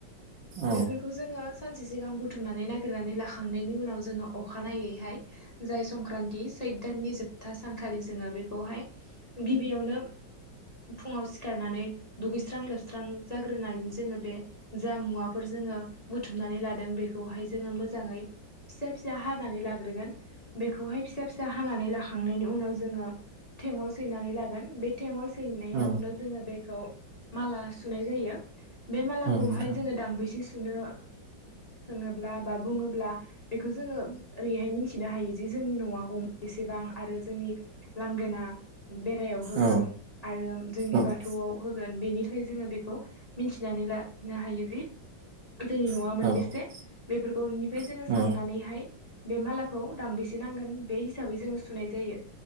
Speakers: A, on the right (about 80°); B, on the left (about 35°).
A: औ
B: बेफोरखौ जोङो सानसे सिगां बुथुमनानै नागिरनानै लाखांनायनि उनाव जोङो अखानायनायैहाय जाय संक्रान्त सै दाननि नि जोबथा सानखालि जोबथा सानखालि जोङो बेखौहाय गिबियावनो फुङाव सिखारनानै दुगैस्रां-लोबस्रां जाग्रोनायजों जोङो बे जा मुवाफोर जोङो बुथुमनानै लादों बेखौहाय जोङो मोजाङै फिसा-फिसा हानानै लाग्रोगोन बेखौहाय फिसा -फिसा हानानै लाखांनायनि उनाव जोङो थेंगल सैनानै लागोन बे थेंगल सैनायावनो
A: औ
B: जोङो बेखौ माला सुनाय होयो बे मालाखौहाय
A: औ नोंथां
B: जोङो दांबैसे सुनो सोङोब्ला बा बुङोब्ला बेखौ जोङो ओरैहाय मिथिनो हायो जे जोंनि न'आ गं बेसेबां आरो जोंनि लांगोना बेरायाव होगोन
A: औ
B: आरो जोंनि
A: औ
B: बाथौआव
A: औ
B: होगोन बेनिथाखाय जोङो बेखौ मिथिनानै लानो हायो जि जोंनि न'आ
A: औ
B: मोनबेसे?
A: औ औ
B: बेफोरखौनिफ्राय जोङो
A: नोंथां
B: साननानैहाय
A: औ
B: बे मा ला खौ दांबोसे नांगौ बे हिसाबै जो सुनाय जायो।